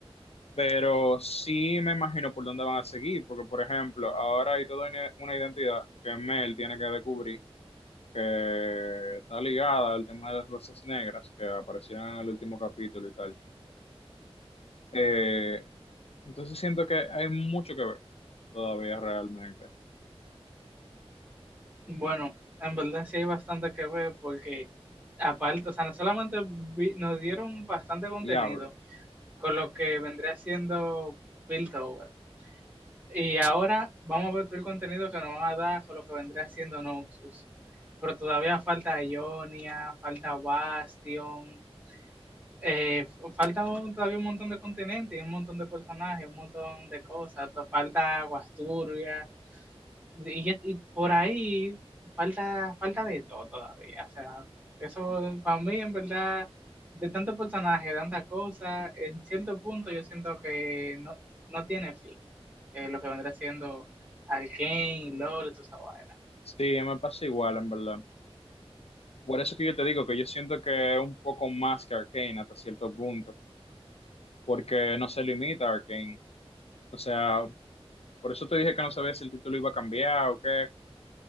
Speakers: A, on the left (about 70°); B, on the right (about 15°).
A: pero sí me imagino por dónde van a seguir, porque por ejemplo, ahora hay toda una una identidad que Mel tiene que descubrir, que está ligada al tema de las rosas negras que aparecieron en el último capítulo y tal. Eh, entonces siento que hay mucho que ver todavía realmente.
B: Bueno, en verdad sí hay bastante que ver porque aparte, o sea, no solamente vi- nos dieron bastante contenido
A: Diablo.
B: con lo que vendría siendo Piltover, Y ahora vamos a ver todo el contenido que nos van a dar con lo que vendría haciendo Noxus. Pero todavía falta Ionia, falta Bastion, eh, falta un- todavía un montón de continentes, un montón de personajes, un montón de cosas. Falta Aguasturia, y, y por ahí falta, falta de todo todavía. O sea, eso para mí, en verdad, de tanto personaje, de tanta cosa, en cierto punto yo siento que no, no tiene fin. Eh, lo que vendrá siendo Arkane, LOL y toda esa vaina.
A: Sí, me pasa igual, en verdad. Por eso que yo te digo que yo siento que es un poco más que Arcane hasta cierto punto, porque no se limita a Arcane. O sea, por eso te dije que no sabía si el título iba a cambiar o qué,